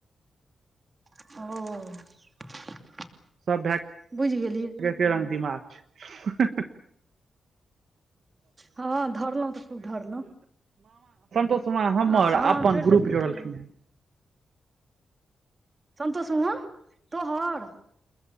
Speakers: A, on the right; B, on the right.
A: ओ
B: सब भे
A: बुझि गेलियै
B: के एके रंग दिमाग छै <unintelligible>
A: हँ धरलहुँ तऽ खूब धरलहुँ
B: तु आ हमर
A: अच्छा हँ
B: अपन
A: जोड़ि देलखिन
B: ग्रुप जोड़लखिन
A: तऽ ओहि लए
B: हन
A: संतोष मामा तोहर